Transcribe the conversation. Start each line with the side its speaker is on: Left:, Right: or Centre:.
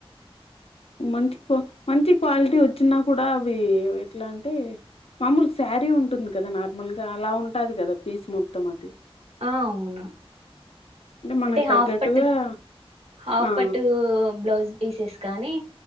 Left: మంచి క్వా.. మంచి క్వాలిటీ వచ్చినా కూడా అవి ఎట్లా అంటే మామూలు సారీ ఉంటుంది కదా నార్మల్ గా అలా ఉంటుంది కదా పీస్ మొత్తం అది
Right: ఆ అవును
Left: మనకు
Right: అంటే హాఫ్
Left: తగ్గట్టుగా
Right: పట్టు హాఫ్
Left: ఆ! ఆ!
Right: పట్టు బ్లౌజ్ పీసెస్ కానీ